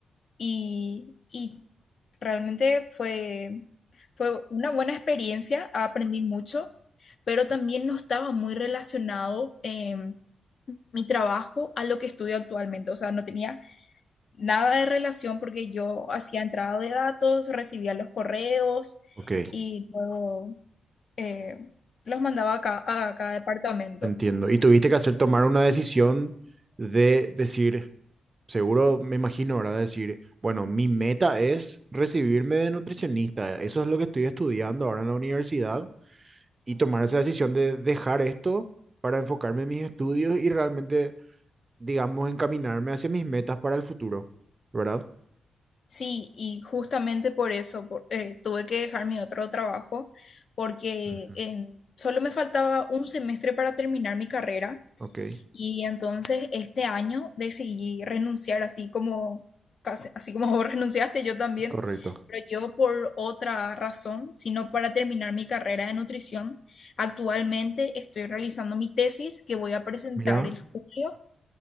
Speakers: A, on the left; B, on the right.
A: y, y realmente fue, fue una buena experiencia, aprendí mucho, pero también no estaba muy relacionado em, mi trabajo a lo que estudio actualmente, o sea, no tenía nada de relación porque yo hacía entrada de datos, recibía los correos
B: ok,
A: y luego eh, los mandaba a ca- a cada departamento.
B: entiendo. Y tuviste que hacer tomar una decisión de decir, seguro me imagino, ¿verdad? Decir, bueno, mi meta es recibirme de nutricionista, eso es lo que estoy estudiando ahora en la universidad, y tomar esa decisión de dejar esto para enfocarme en mis estudios y realmente digamos, encaminarme hacia mis metas para el futuro, ¿verdad?
A: Sí, y justamente por eso por- eh, tuve que dejar mi otro trabajo, porque
B: Ujú,
A: en- solo me faltaba un semestre para terminar mi carrera
B: Ok,
A: y entonces este año decidí renunciar así como, casi- así como vos <laughs> renunciaste, yo también,
B: correcto.
A: pero yo por otra razón, sino para terminar mi carrera de nutrición. Actualmente estoy realizando mi tesis que voy a presentar
B: Mira,
A: el julio.